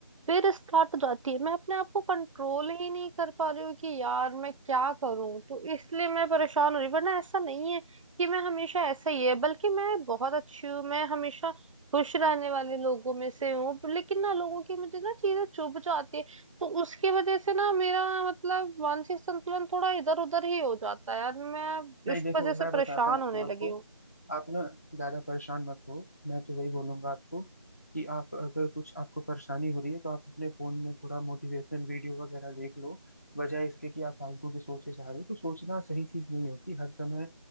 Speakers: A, on the right; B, on the left.
A: फिर स्टार्ट हो जाती है मैं अपने आप को कंट्रोल ही नहीं कर पा रही हूँ कि यार मैं क्या करूँ तो इसलिए मैं परेशान हो रही हूँ वरना ऐसा नहीं है कि मैं हमेशा ऐसा ही है बल्कि मैं बहुत अच्छी हूँ मैं हमेशा खुश रहने वाले लोगों में से हूँ पर लेकिन ना लोगों की मुझे ना चीजें चुभ जाती है तो उसकी वजह से ना मेरा मतलब मानसिक संतुलन थोड़ा इधर उधर ही हो जाता है यार मैं
B: नहीं
A: इस
B: देखो
A: वजह से
B: मैं
A: परेशान
B: बताता हूँ
A: होने लगी
B: आपको
A: हूँ
B: आप ना ज्यादा परेशान मत हो मैं तो वही बोलूंगा आपको कि आप अगर कुछ आपको परेशानी हो रही है तो आप अपने फोन में थोड़ा मोटिवेशनल वीडियो वगैरह देख लो बजाय इसके कि आप फालतू की सोचे जा रहे हो तो सोचना सही चीज नहीं होती हर समय